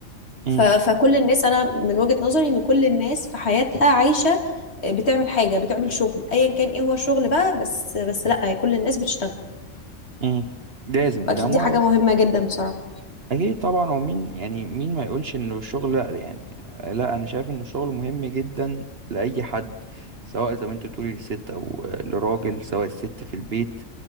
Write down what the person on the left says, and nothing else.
ف... فكل الناس انا من وجهة نظري ان كل الناس في حياتها عايشة آه، بتعمل حاجة بتعمل شغل ايا كان ايه هو الشغل بقى بس بس لا كل الناس بتشتغل
واكيد
دي حاجة مهمة جدا بصراحة